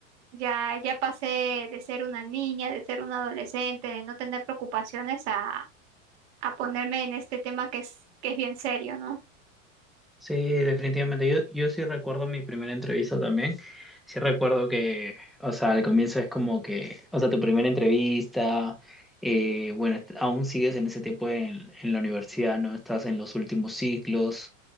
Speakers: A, on the right; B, in the centre.
A: ya, ya pasé de ser una niña, de ser una adolescente, de no tener preocupaciones a, a ponerme en este tema que es, que es bien serio, ¿no?
B: Sí, definitivamente. Yo, yo sí recuerdo mi primera entrevista también. Sí recuerdo que, o sea, al comienzo es como que, o sea, tu primera entrevista, eh, bueno, est- aún sigues en ese tiempo en, en la universidad, ¿no? Estás en los últimos ciclos